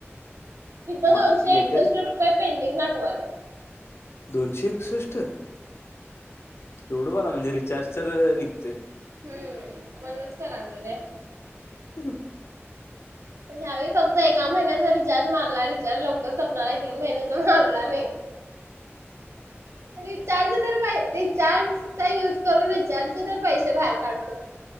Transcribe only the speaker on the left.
म
येत्या
दोनशे एकसष्ट एवढूवाला म्हणजे रिचार्ज तर निघतोय
ह